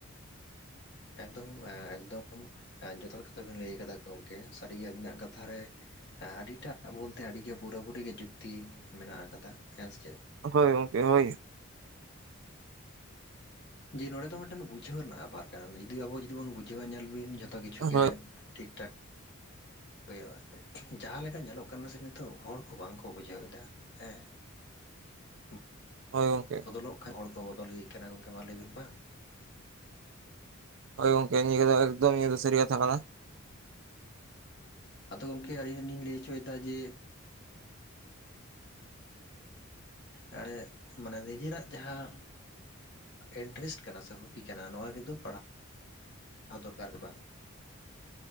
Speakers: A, on the left (about 50°); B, on the right (about 60°).
A: ᱮᱠᱫᱚᱢ ᱮᱠᱫᱚᱢ ᱡᱚᱛᱷᱟᱛ ᱠᱟᱛᱷᱟ ᱵᱤᱱ ᱞᱟᱹᱭ ᱟᱠᱟᱫᱟ ᱜᱚᱢᱠᱮ ᱥᱟᱹᱨᱤ ᱜᱮ ᱟᱹᱵᱤᱱᱟᱜ ᱠᱟᱛᱷᱟ ᱨᱮ ᱦᱮᱸ ᱟᱹᱰᱤᱴᱟᱜ ᱵᱚᱞᱛᱮ ᱟᱹᱰᱤ ᱜᱮ ᱯᱩᱨᱟᱹ ᱯᱩᱨᱤ ᱜᱮ ᱡᱩᱠᱛᱤ ᱢᱮᱱᱟᱜ ᱟᱠᱟᱫᱟ ᱦᱮᱸ ᱥᱮ ᱪᱮᱫ?
B: ᱦᱳᱭ ᱜᱚᱝᱠᱮ ᱦᱳᱭ ᱾
A: ᱡᱮ ᱱᱚᱸᱰᱮ ᱫᱚ ᱢᱤᱫᱴᱮᱱ ᱵᱩᱡᱷᱟᱹᱣ ᱨᱮᱱᱟᱜ ᱵᱮᱯᱟᱨ ᱠᱟᱱᱟ <unintelligible> ᱟᱵᱚ ᱡᱩᱫᱤ ᱵᱚᱱ ᱵᱩᱡᱷᱟᱹᱣᱟ ᱧᱮᱞ ᱵᱤᱱ ᱡᱷᱚ ᱛᱚ ᱠᱤᱪᱷᱩ ᱜᱮ
B: ᱦᱳᱭ
A: ᱴᱷᱤᱠ ᱴᱷᱟᱠ ᱦᱩᱭᱩᱜᱼᱟ ᱾ ᱡᱟᱦᱟᱸ ᱞᱮᱠᱟ ᱧᱮᱞᱚᱜ ᱠᱟᱱᱟ ᱥᱮ ᱱᱤᱛᱚᱜ ᱦᱚᱲ ᱠᱚ ᱵᱟᱝᱠᱚ ᱵᱩᱡᱷᱟᱹᱣ ᱮᱫᱟ ᱦᱮᱸ ᱾ <inaudible> ᱦᱩᱸ ᱾
B: ᱦᱳᱭ ᱜᱚᱝᱠᱮ ᱾
A: ᱵᱚᱫᱚᱞᱚᱜ ᱠᱷᱟᱡ ᱦᱚᱲ ᱠᱚ ᱵᱚᱫᱚᱞ ᱤᱫᱤᱜ ᱠᱟᱱᱟ, ᱜᱚᱢᱠᱮ ᱢᱟ ᱞᱟᱹᱭ ᱵᱤᱱ ᱵᱟᱝ?
B: ᱦᱳᱭ ᱜᱚᱝᱠᱮ ᱱᱤᱭᱟᱹ ᱠᱚᱫᱚ ᱮᱠᱫᱚᱢ ᱥᱟᱹᱨᱤ ᱠᱟᱛᱷᱟ ᱠᱟᱱᱟ ᱾
A: ᱟᱫᱚ ᱜᱚᱝᱠᱮ ᱟᱹᱞᱤᱧ ᱦᱚᱸ ᱞᱤᱧ ᱞᱟᱹᱭ ᱦᱚᱪᱚᱭ ᱮᱫᱟ ᱡᱮ ᱮᱸᱜ ᱢᱟᱱᱮ ᱱᱤᱡᱮᱨᱟᱜ ᱡᱟᱦᱟᱸ ᱤᱱᱴᱮᱨᱮᱥᱴ ᱠᱟᱱᱟ ᱥᱮ ᱦᱚᱵᱤ ᱠᱟᱱᱟ ᱱᱚᱜ-ᱚᱭ ᱨᱮᱫᱚ ᱯᱟᱲᱟᱜ <inaudible> ᱟᱨ ᱫᱚᱨᱠᱟᱨ ᱫᱚ ᱵᱟᱝ ᱾